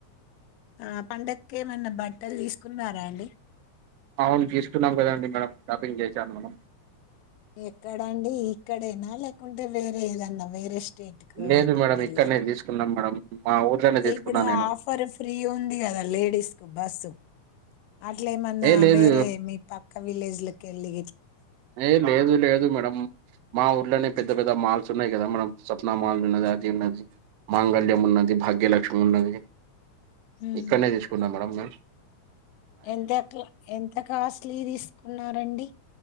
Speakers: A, on the left; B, on the right.
A: ఆ పండక్కేమన్నా బట్టలు తీసుకున్నారా అండి
B: అవును తీసుకున్నాం కదండి మేడం షాపింగ్ చేసాను మేడం
A: ఎక్కడండి ఇక్కడేనా లేకుం టే వేరే ఏదన్నా వేరే స్టేట్కి పోయి
B: లేదు
A: ఎట్టన్నా
B: మేడం ఇక్కడనే
A: ఎల్లారా
B: తీసుకున్నాం మేడం మా ఊర్లోనే
A: అయితే
B: తీసుకున్నా
A: ఇప్పుడు
B: నేను
A: ఆఫర్ ఫ్రీ ఉంది కదా లేడీస్ కు బస్సు అట్ల ఏమన్నా
B: ఏ లేదు
A: వేరే మీ పక్క విలేజ్ లకి వెళ్ళి
B: ఏ లేదు లేదు మేడమ్ మా ఊర్లనే పెద్ద పెద్ద మాల్స్ ఉన్నాయి కదా మనం సప్నా మాల్స్ ఉన్నది అది ఉన్నది మాంగళ్యం ఉన్నది భాగ్యలక్ష్మి ఉన్న ది
A: ఉహు
B: ఇక్కడనే తీసుకున్నాం మేడమ్ మేం
A: ఎంత క్లా ఎంత కాస్ట్లీ తీసుకున్నారండి